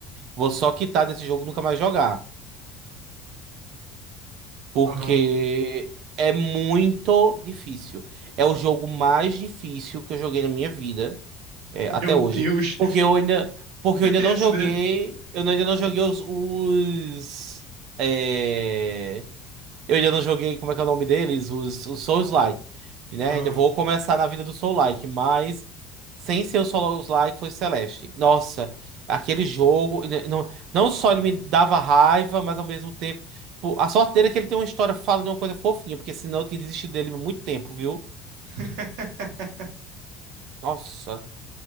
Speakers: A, on the right; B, on the right.
A: Vou só quitar desse jogo, e nunca mais jogar, porque
B: Aham.
A: é muito difícil. É o jogo mais difícil que eu joguei na minha vida. É, até
B: Meu Deus,
A: hoje. Porque eu ainda, porque
B: o PTSD.
A: eu ainda não joguei. Eu ainda não joguei os. os é, eu ainda não joguei, como é que é o nome deles? Os, os Souls-like. que, Né?
B: Aham.
A: Ainda vou começar na vida do Soul-like, mas sem ser o Souls-like foi Celeste. Nossa, aquele jogo. ele- Não, não só ele me dava raiva, mas ao mesmo tempo. pô, A sorte dele é que ele tem uma história, fala de uma coisa fofinha, porque senão eu teria desistido dele há muito tempo, viu?
B: <laughs>
A: Nossa,